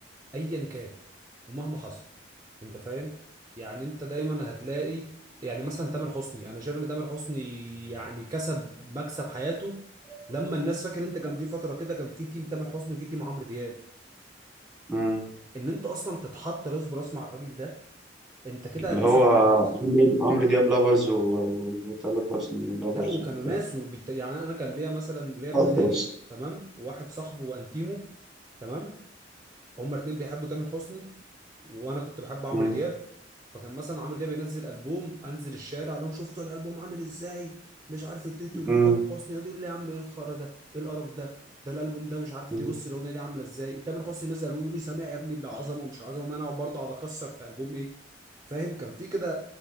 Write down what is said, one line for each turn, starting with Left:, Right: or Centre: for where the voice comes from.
Right: ايا كان ومهما حصل انت فاهم يعني انت دايما هتلاقي يعني مثلا تامر حسني انا شايف ان تامر حسني يعني كسب مكسب حياته لما الناس فاكر انت كان في فتره كده كان في تيم تامر حسني وفي تيم عمرو دياب
Centre: امم
Right: ان انت اصلا تتحط راس براس مع الراجل ده انت كده
Centre: اللي
Right: كسبت
Centre: هو
Right: خلاص
Centre: عمرو عمرو دياب لافرز و- و- وتامر حسني لافرز
Right: لا وكانوا
Centre: وبتاع
Right: ناس وبت... يعني انا كان ليا مثلا ليا ابن
Centre: التراس
Right: خالي تمام وواحد صاحبه وانتيمو تمام هما الاتنين بيحبوا تامر حسني وانا كنت بحب عمرو
Centre: مم.
Right: دياب فكان مثلا عمرو دياب ينزل البوم انزل الشارع اقول لهم شفتوا الالبوم عامل ازاي مش عارف التيتو ليه
Centre: مم.
Right: تامر حسني يقعدوا يقولوا لي يا عم ايه الخرا ده ايه القرف ده ده الالبوم ده مش عارف
Centre: مم.
Right: تبص الاغنيه دي عامله ازاي تامر حسني نزل البوم يقول لي سامع يا ابني العظمه مش العظمه ما انا اقعد برضه اقعد اكسر في البوم ايه فاهم كان في كده